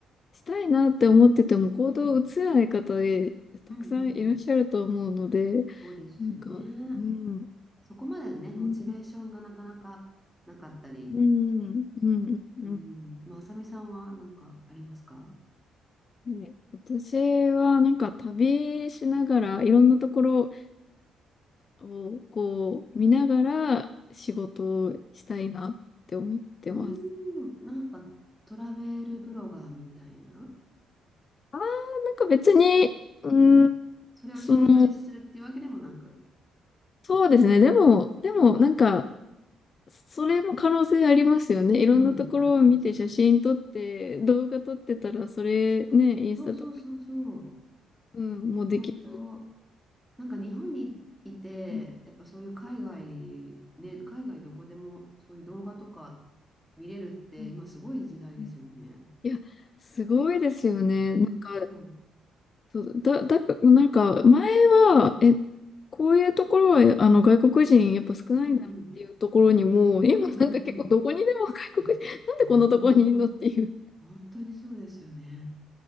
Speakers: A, on the left (about 40°); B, in the centre.
A: したいなって思ってても行動を移せない方で、
B: うん、
A: たくさんいらっしゃると思うので、
B: うん、うん、うん、そうですよね。
A: なんか、うん、う
B: そこまでのね、モチベーションがなかなかなかったり、
A: ん、うん、うん、うん。
B: うん、まあ、あさみさんは何かありますか
A: ね私はなんか旅しながら、いろんなところをこう見ながら仕事をしたいなって思ってます。
B: うーん、なんかトラベルブロガーみたいな、
A: あー、なんか別に、うん、
B: うん、それを仕事にするっていうわけでもなく、
A: その、そうですね。でも、でもなんか、それも可能性ありますよね。いろんなところを見て写真撮って、
B: うん、あります。
A: 動画撮ってたら、それね、インスタとか
B: そうそうそうそう、
A: に、うん、もうできる。
B: 本当、なんか日本にいて、
A: うん
B: やっぱそういう海外、ね、海外どこでもそういう動画とか見れるって今すごい時代ですよね。
A: うんうんいや、すごいですよね。なんか、
B: うん、うん、
A: そう、だ、だか、なんか、前は、え、こういうところは、あの、外国人やっぱ少ないんだなっていうところにも、
B: うん、
A: 今なんか結構どこにでも外国人、
B: うん、うん、な本当、
A: <laughs> なんでこんなところにいんのっていう。
B: 本当にそうですよね。